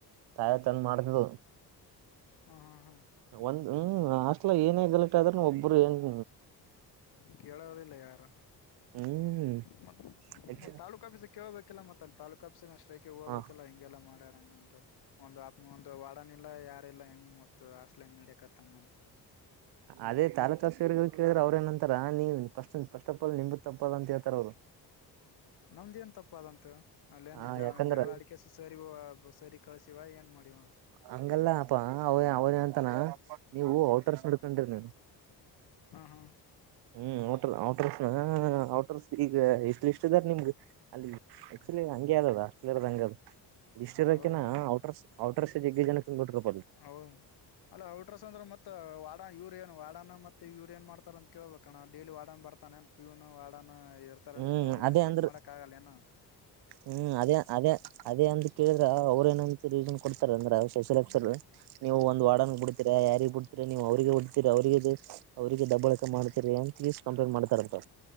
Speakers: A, on the right; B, on the left.
A: ತಾಯ ತಂದ ಮಾಡ್ತು
B: ಹಾ ಹಾ ಹಾ
A: ಒಂದು ಹ್ಮ ಅಷ್ಟ ಅಲ ಏನೇ ಗಲೆಕ್ಟ್ ಆದ್ರ ಒಬ್ರು ಏಂಗ
B: ಕಳವಲ್ಲ ಯಾರ
A: ಹ್ಮ್
B: ಮತ್ತ
A: ಹೆಚ್ಚ
B: ಮತ್ತೆ ತಾಲೂಕ ಅಫಸಕ್ಕೆೇೇಳಬೇಕಲ್ಲ ಮತ್ತ ಅಲ್ಲಿ ತಾಲೂಕ ಅಫೀಸ ಅಷ್ಟೈ ಹೋಗಬೇಕಲ್ಲ
A: ಹ
B: ಹಿಂಗೆಲ್ಲ ಮ ಮಾಡ್ಯಂಗ ಒ ಒಂದು ವಡ ಇಲ್ಲ ಯಾರಲ್ಲಾ ಹೆಂಗ್ ಮತ್ ಆಸ್ಲ್ ಹೆಂಗ್ ಹಡಕ್ತ್ಂಗಂತ
A: ಅದೇ ತಾಲೂಕರ್ ಕೇಳಿದ್ರೆ ಅವರು ನಂತರ ನೀವುಸ್ ಫಸ್ಟ್ ಅಫಲ್ ನಿಂಬುತ್ ತಪ್ಪಲ್ ಅಂತ ಹೇಳ್ತಾರ ಅವರು
B: ನಮ್ದೇನ್ ತಪ್ಪ ಅದಂತ ಅಲ್ಲೇನು
A: ಹಾ
B: ಜಾವನ್
A: ಯಾಕಂದ್ರ
B: ಜಗಳ ಅಡಿಕಸ ಸರಿ ಸರಿ ಕಳ್ಸಿವ ಏನ್ ಮಾಡಿವಂತ
A: ಹಂಗಲ್ಲ ಅಪಾ ಅವ ಅವನ ಅಂತಾನ ನೀವು ಔಟರ್ಸ್ ನಡ್ಕೊಂಡಿರಿ ನೀನು
B: ಹ್ಮ ಹಾ
A: ಹ್ಮ ಟ ಹಟ್ರಸ್ ಔಟ್ರಸ್ ಈಗ ಇಷ್ಟ ಇದಾರ್ ನಿಮ್ಗೆ ಅಲ್ಲಿ ಆಕ್ಚುಲಿ ಹಂಗೆ ಅದು ಆಸ್ಟ್ರೇಿಯರ್ ಹಂಗದು ಇಷ್ಟ ಇರೋಕ
B: ಹೌದಣ
A: ಔಟರ್ಸ್ ಔಟರ್ಸ್ ಜಗ್ಗೆ ಜನ ತ್ಬ ಬಿಟ್ರ
B: ಹ ಅಲ್ಲ ಔಟ್ರಸ್ ಅಂದ್ರ ಮತ್ತ ವಾಡಾ ಯೂರಿ ನ್ ವಾಡಾನ ಮತ್ತೆ ಯೂರಿ ಏನ್ ಮಾಡ್ತಾರಂತೆ ಕೇಳಳ್ಬೇಕಣ್ಣ ಡೈಲಿ ವಾಡನ್ ಬತಾನ ಏನ್ ಪ್ಯೂನ್ ವಡನ್ ಇರ್ತಾರನ
A: ಹ್ಮ್
B: ಅವ್ರಗ
A: ಅದೇ
B: ಸ್ಟಿಕ್
A: ಅಂದ್ರ
B: ಮಾಡಕ್ ಆಗಲ್ಲ ಏ
A: ಹ್ಮ್ ಅದೇ ಅದೇ ಅದೇ ಅಂತ ಕೇಳಿದ್ರ ಅವ್ರ ನ್ ಕೊಡ್ತಾರೆ ಅಂದ್ರೆ ಸ್ಪೆಲ್ ಆರ್ ನೀವು ಒಂದಂದು
B: ಹ್ಮ
A: ವಾರ್ಡನ್ ಬಿಡ್ತೀರ ಯಾರ ಬಿ ನೀವು ಅವ್ರರಿಗೆ ಒಡ್ತೀರಿ ಅವ್ರರಿಗೆ ಅವ್ರರಿಗೆ ದಬ್ಬಾಳಕ ಮಾಡ್ತೀರಿ ಅಂತ ಕಂಪ್ಲೇಂಟ್ ಮಾಡ್ತಾರಂತ